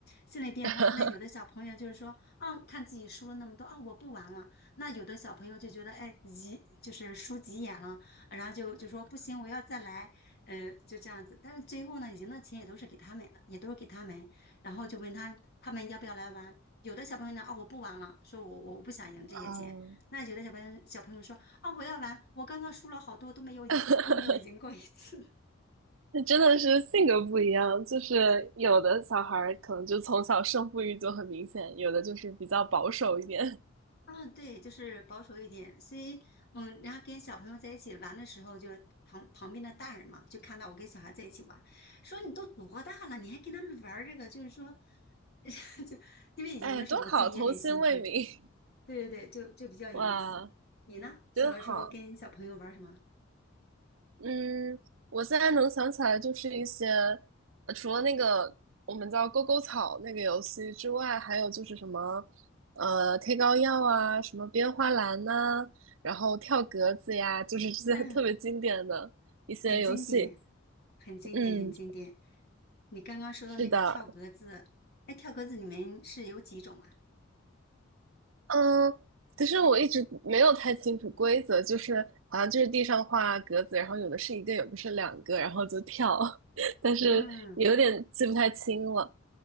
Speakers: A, on the left; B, on the right.
A: 心理变化。
B: <laughs>
A: 那有的小朋友就是说，啊，看自己输了那么多，啊，我不玩了。那有的小朋友就觉得，哎，急，就是输急眼了，然后就就说不行，我要再来，呃，就这样子。但是最后呢，赢的钱也都是给他们的，也都是给他们。然后就问他他们要不要来玩。有的小朋友呢，哦，我不玩了，说我我不想赢这些钱。
B: 嗯。
A: 那有的小朋友小朋友说。啊，我要玩！我刚刚输了好多，都没有赢，
B: <laughs>
A: 都没有赢过一次。<laughs>
B: 那真的是性格不一样，就是有的小孩儿可能就从小胜负欲就很明显，有的就是比较保守一点。
A: 啊，对，就是保守一点。所以，嗯，然后跟小朋友在一起玩的时候，就旁旁边的大人嘛，就看到我跟小孩在一起玩，说你都多大了，你还跟他们玩儿这个？就是说，<laughs> 就因为赢的时候，
B: <laughs> 哎，多好，
A: 我自己也很兴奋。
B: 童心未泯，
A: 对对对，就就比较有意思。
B: <laughs> 哇，
A: 你呢？小的时候跟小朋友玩儿什么？
B: 真好。嗯，我现在能想起来就是一些，呃除了那个我们叫勾勾草那个游戏之外，还有就是什么，呃，贴膏药啊，什么编花篮呐、然后跳格子呀，就是这些特别经典的一些游戏。
A: 嗯。很经典，很经典，
B: 嗯，
A: 很经典。你刚刚说的那个跳格子，
B: 是的，
A: 哎，跳格子你们是有几种啊？
B: 嗯，其实我一直没有太清楚规则，就是好像就是地上画格子，然后有的是一个，有的是两个，然后就跳，<laughs> 但是有点记不太清了。
A: 嗯，